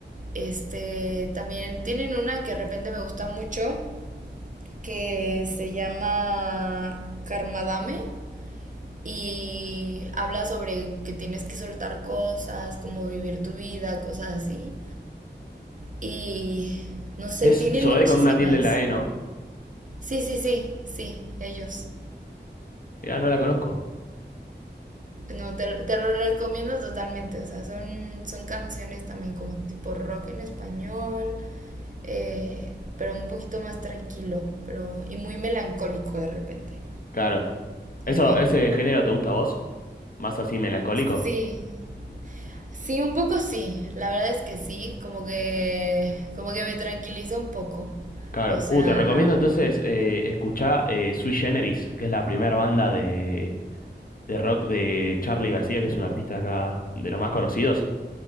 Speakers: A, on the right; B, on the left.
A: Este, también tienen una que de repente me gusta mucho, que se llama Karmadame y habla sobre que tienes que soltar cosas, como vivir tu vida, cosas así. Y no sé,
B: Es
A: tienen
B: Zoe
A: muchísimas.
B: con una tilde en la E, ¿no?
A: Sí, sí, sí, sí, ellos.
B: Mirá, no la conozco.
A: No, te, te lo recomiendo totalmente. O sea, son, son canciones también como tipo rock en español, eh, pero un poquito más tranquilo pero, y muy melancólico de repente.
B: Claro. Eso,
A: Bien.
B: ¿ese género te gusta a vos? ¿Más así melancólico?
A: Sí, sí, un poco sí. La verdad es que sí, como que, como que me tranquiliza un poco.
B: Claro.
A: O sea,
B: Uh, te recomiendo entonces eh, escuchar eh, Sui Generis, que es la primera banda de, de rock de Charly García, que es un artista acá de los más conocidos,